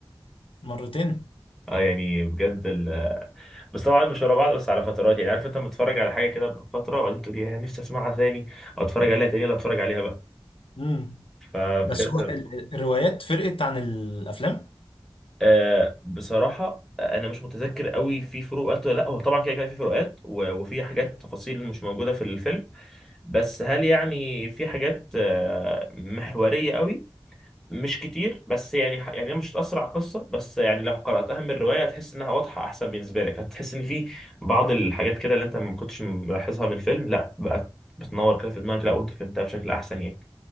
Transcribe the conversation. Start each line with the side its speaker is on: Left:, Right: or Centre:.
Left: مرتين
Centre: اه يعني بجد ال... آه، بس طبعا مش ورا بعض بس على فترات يعني عارف انت متفرج على حاجه كده بفتره وبعدين تقول يا نفسي اسمعها تاني او اتفرج عليها تاني ولا اتفرج عليها بقى
Left: امم
Centre: فبجد
Left: بس هو ال- ال- الروايات فرقت عن الافلام
Centre: آه بصراحه انا مش متذكر قوي في فروقات ولا لا هو طبعا كده كده في فروقات و- وفي حاجات تفاصيل مش موجوده في الفيلم بس هل يعني في حاجات آه، محوريه قوي مش كتير بس يعني ح- يعني هي مش هتأثر على القصة بس يعني لو قرأتها من الرواية هتحس إنها واضحة أحسن بالنسبة لك هتحس إن في بعض الحاجات كده اللي أنت ما كنتش ملاحظها من الفيلم لا بقت بتنور كده في دماغك لا وأنت فهمتها بشكل أحسن يعني